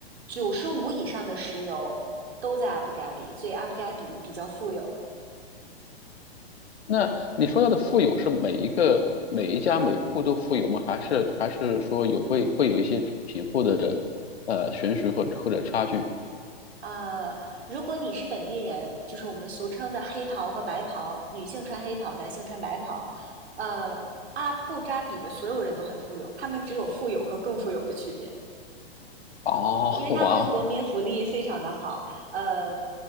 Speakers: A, on the right (about 80°); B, on the left (about 80°).
A: 九十五以上的石油都在阿布扎比，所以阿布扎比比较富有。
B: 那你说到的富有是每一个每一家每户都富有吗？还是还是说有会会有一些贫富的呃悬殊或或者差距？
A: 呃，如果你是本地人，就是我们俗称的黑袍和白袍，女性穿黑袍，男性穿白袍。呃，阿布扎比的所有人都很富有，他们只有富有和更富有的区别。
B: 哦，
A: 因为他们的国民福利非常的好，
B: 哇哦
A: 呃，